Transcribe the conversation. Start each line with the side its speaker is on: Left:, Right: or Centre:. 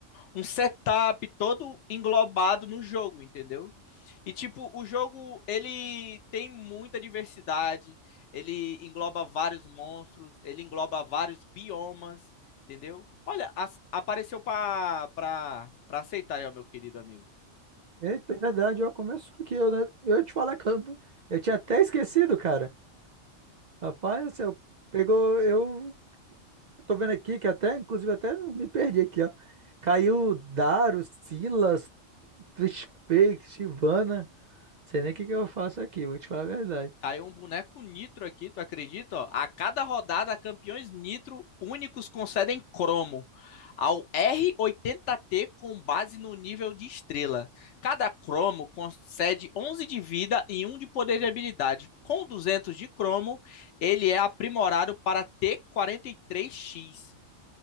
Left: um setup todo englobado no jogo, entendeu? E, tipo, o jogo, ele tem muita diversidade, ele engloba vários monstros, ele engloba vários biomas, entendeu? Olha, as- apareceu pra, pra, pra aceitar aí, ó, meu querido amigo.
Right: Eita, é verdade, ó, começou aqui. Eu, né, eu ia te falar que eu, eu tinha até esquecido, cara. Rapaz,
Left: Nossa.
Right: você pegou. Eu tô vendo aqui que até, inclusive, até me perdi aqui, ó. Caiu Daro, Silas, Trishfake, Sivana. Sei nem o que que eu faço aqui, vou te falar a verdade.
Left: Caiu um boneco nitro aqui, tu acredita? Ó? A cada rodada, campeões nitro únicos concedem cromo ao R80T com base no nível de estrela. Cada cromo concede 11 de vida e um de poder de habilidade. Com 200 de cromo, ele é aprimorado para T43X.